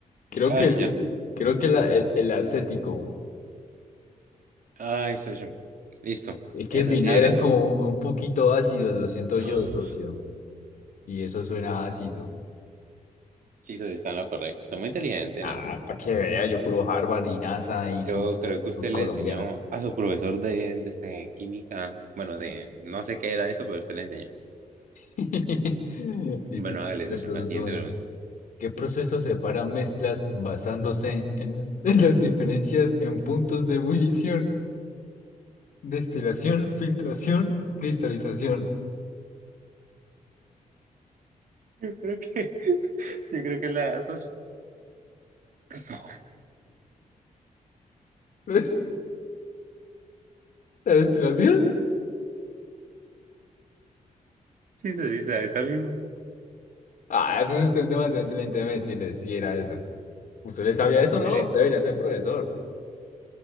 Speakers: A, on the left; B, on the right.
A: creo
B: Ay,
A: que, el,
B: ya.
A: creo que la- el, el acético.
B: Ay, soy yo. Listo.
A: Es que
B: Esa
A: el vinagre
B: sí era,
A: es
B: socio.
A: como un poquito ácido, lo siento
B: <sighs>
A: yo,
B: Oh,
A: socio. Y eso suena ácido.
B: Sí, socio, está en lo correcto. Está muy inteligente,
A: Ah,
B: nada.
A: para que vea, yo puro Harvard y NASA y sur,
B: Yo creo
A: y
B: que usted
A: surcolombiana.
B: le enseñó a su profesor de, de este, química, bueno, de no sé qué era eso, pero usted le enseñó.
A: <laughs> Listo,
B: Bueno, hágale,
A: le
B: socio.
A: pregunto
B: La siguiente
A: una.
B: pregunta.
A: ¿Qué proceso separa mezclas basándose en, <laughs> en las diferencias en puntos de ebullición, destilación, filtración, cristalización?
B: Yo creo que, yo creo que la socio. No.
A: <laughs> ¿La destilación?
B: Sí, socio, sí, sabe esa misma.
A: Ah, eso es usted demasiado inteligente, déjeme decirle si era esa. ¿Usted le sabía eso,
B: Mire.
A: no? Usted debería ser profesor.